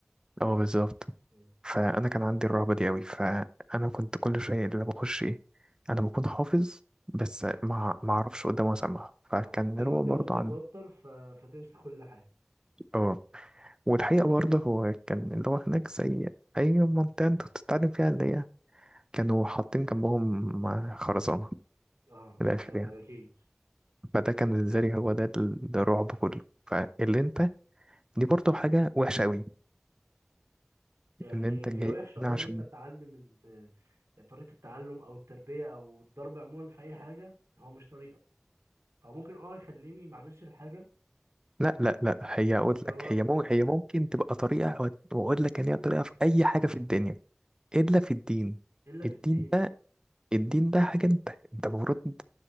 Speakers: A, on the right (about 15°); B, on the right (about 85°).
A: اه بالظبط
B: مم.
A: فانا كان عندي الرهبه دي قوي فانا كنت كل شويه اللي بخش ايه انا بكون حافظ بس ما ما اعرفش قدامه اسمع فكان
B: اه تيجي
A: اللي
B: قدامه
A: هو برضه
B: بتتوتر
A: عن
B: ف... فتمسك كل حاجه
A: اه والحقيقه برضه هو كان اللي هو هناك زي اي منطقه انت بتتعلم فيها اللي هي كانوا حاطين جنبهم خرزانه
B: اه
A: من الاخر
B: ده
A: يعني
B: اكيد
A: فده كان بالنسبه لي هو ده ال- ده الرعب كله فاللي انت دي برضه حاجه وحشه قوي
B: يعني
A: ان انت جاي
B: هي وحشه
A: هنا
B: اه
A: عشان
B: ان انت تعلم ال- طريقه التعلم او التربيه او الضرب عموما في اي حاجه هو مش طريقه هو ممكن اه يخليني ما اعملش الحاجه
A: لا لا لا هي
B: بس
A: اقول
B: هو
A: لك هي ممكن هي ممكن تبقى طريقه واقول لك ان هي طريقه في اي حاجه في الدنيا الا في الدين
B: الا في
A: الدين
B: الدين
A: ده الدين ده حاجه انت انت المفروض